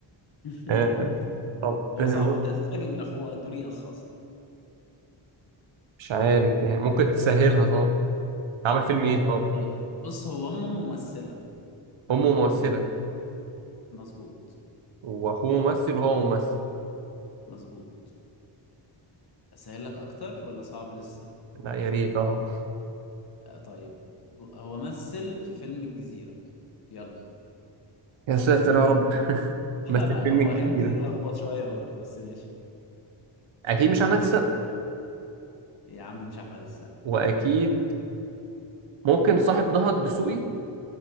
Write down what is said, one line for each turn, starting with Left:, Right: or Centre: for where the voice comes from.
Left: <laughs>
Right: آه طب
Left: هو
Right: ممكن
Left: صعب انت هتتفاجئ من اخوه انه ريق اصلا
Right: مش عارف يعني ممكن تسهلها طب عمل فيلم
Left: آه
Right: ايه طب
Left: طيب بص هو امه ممثلة
Right: امه ممثلة
Left: مظبوط
Right: واخوه ممثل وهو ممثل
Left: مظبوط اسهل لك اكتر ولا صعب لسه
Right: لا يا ريت اه
Left: آه، طيب ب- هو مثل في فيلم الجزيرة يلا
Right: يا ساتر يا رب
Left: <laughs>
Right: مثل فيلم
Left: هو هنت
Right: كتيرة
Left: لخبط شوية برضه بس ماشي
Right: اكيد مش احمد السقا
Left: يا عم مش أحمد السقا
Right: واكيد ممكن صاحب ضهى الدسوقي